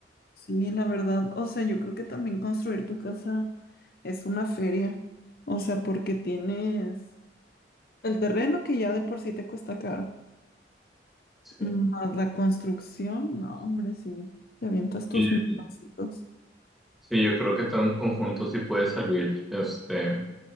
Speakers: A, on the left; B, in the centre.
A: Sí, la verdad, o sea, yo creo que también construir tu casa es una feria, o sea, porque tienes el terreno que ya de por sí te cuesta caro,
B: Sí.
A: más la construcción, no, hombre, sí, te avientas tus
B: Y-
A: milloncitos.
B: sí, yo creo que todo en conjunto sí puede salir, este,